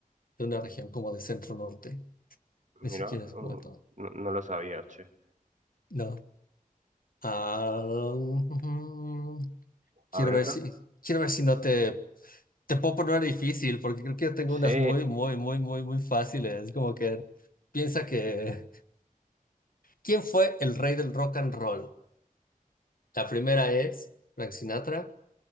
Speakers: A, on the left; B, on the right.
A: de una región como de centro norte, ni
B: mira,
A: siquiera es
B: mm,
A: como de todo.
B: no, no lo sabía, che.
A: No. Ah, ujú. quiero
B: A ver,
A: ver
B: otra.
A: si, quiero ver si no te, te puedo poner una difícil, porque creo que yo tengo
B: Sí,
A: unas muy, muy, muy, muy, muy fáciles. Como que piensa que, ¿quién fue el rey del rock and roll? La primera es Frank Sinatra,